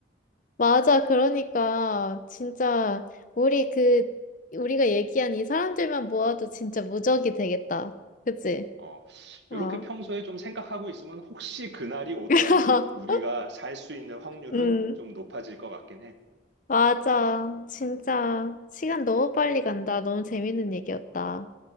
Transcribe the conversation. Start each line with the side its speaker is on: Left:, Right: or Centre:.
Left: 맞아. 그러니까, 진짜, 우리 그, 우리가 얘기한 이 사람들만 모아도 진짜 무적이 되겠다. 그치?
Right: 어,
Left: 어.
Right: 이렇게 평소에 좀 생각하고 있으면 혹시 그날이 오더라도
Left: <laughs>
Right: 우리가 살 수 있는 확률은
Left: 음,
Right: 좀 높아질 것 같긴 해.
Left: 맞아. 진짜, 시간 너무 빨리 간다. 너무 재밌는 얘기였다.